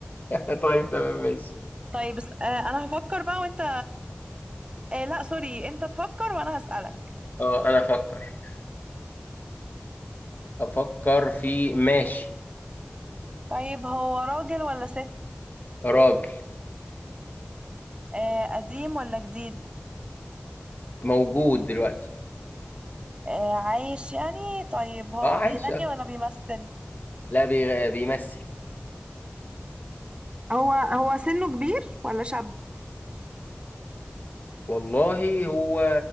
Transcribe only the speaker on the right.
طيب بس آه انا هفكر بقى وانت آه لا سوري انت تفكر وانا هسألك
طيب هو راجل ولا ست
آه قديم ولا جديد
آه عايش يعني طيب هو
بيغني
ولا بيمثل
هو هو سنه كبير ولا شاب